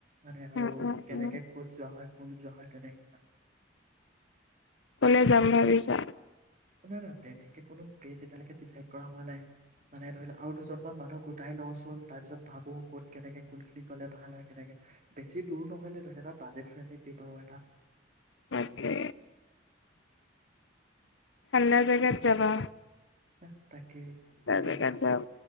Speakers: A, on the right; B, on the left.
A: মানে
B: উম
A: আৰু
B: উম
A: কেনেকে
B: উম
A: কত যোৱা হয় কোন যোৱা হয় তেনেকে মানে
B: ক'লে যাম ভাবিছা?
A: ওচৰতে যাম। তেনেকে কোনো প্ৰেচ এতিালৈকে ডিচাইদ কৰা হোৱা নাই মানে ধৰি ল আৰু কেইজনমান মানুহ গোটাই লওঁচোন তাৰ পিছত ভাবো ক'ত কেনেকে কোনখিনি গ'লে ভাল হয় কেনেকে বেছি দূৰ নহলে ধৰি ল এটা বাজেট ফ্ৰেণ্ডলি টিপ এটা।
B: তাকে থাণ্ডা জেগাত যাবা
A: অ <unintelligible> তাকে ঠাণ্ডা
B: জেগাত
A: যে
B: যাব